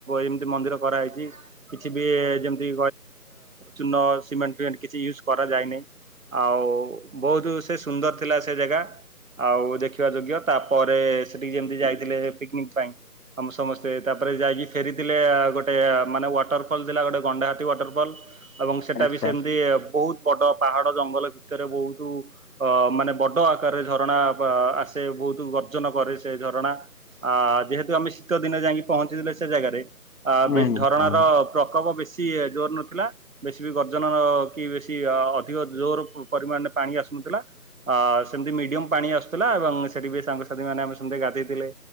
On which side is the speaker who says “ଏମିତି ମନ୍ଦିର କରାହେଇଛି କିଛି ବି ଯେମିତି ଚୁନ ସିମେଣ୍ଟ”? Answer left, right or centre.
Right